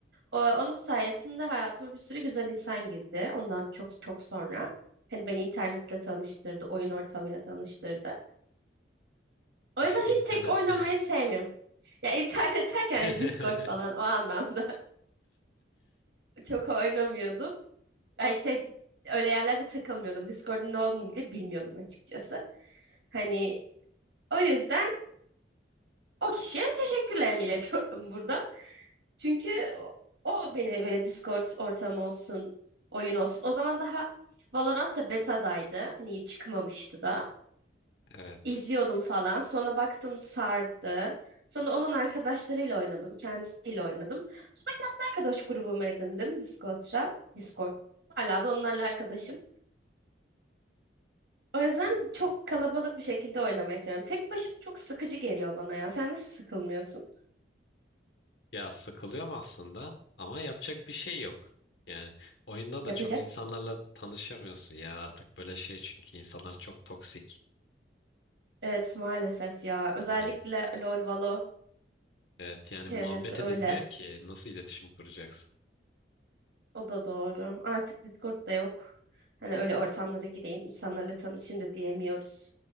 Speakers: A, on the right; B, on the left.
A: e, onun sayesinde hayatıma bir sürü güzel insan girdi. Ondan çok çok sonra. Hani beni internetle tanıştırdı, oyun ortamıyla tanıştırdı. O
B: <laughs>
A: yüzden
B: İnternette.
A: hiç tek oynamayı sevmiyorum. Ya internet <laughs> derken
B: <laughs>
A: hani Discord falan o anlamda <laughs> çok oynamıyordum. Ay şey öyle yerlerde takılmıyordum. Discord'un ne olduğunu bile bilmiyordum açıkçası. Hani o yüzden o kişiye teşekkürlerimi iletiyorum <laughs> buradan. Çünkü o o beni böyle Discord ortamı olsun, oyun olsun. O zaman daha Valorant da beta'daydı. Hani çıkmamıştı da.
B: Evet.
A: İzliyordum falan. Sonra baktım sardı. Sonra onun arkadaşlarıyla oynadım. Kendisiyle oynadım. Sonra kendi arkadaş grubumu edindim Discord'da. Discord. Hala da onlarla arkadaşım. O yüzden
B: Hmm.
A: çok kalabalık bir şekilde oynamayı seviyorum. Tek başıma çok sıkıcı geliyor bana ya. Sen nasıl sıkılmıyorsun?
B: Ya sıkılıyorum aslında ama yapacak bir şey yok. Yani oyunda
A: Yapacak.
B: da çok insanlarla tanışamıyorsun ya artık böyle şey çünkü insanlar çok toksik.
A: Evet maalesef ya. Özellikle
B: Yani
A: LoL, Valo.
B: evet yani
A: Çevresi
B: muhabbet
A: öyle.
B: edilmiyor ki nasıl iletişim kuracaksın?
A: O da doğru. Artık Discord da yok. Hani öyle ortamlara gireyim, insanlarla tanışayım da diyemiyoruz.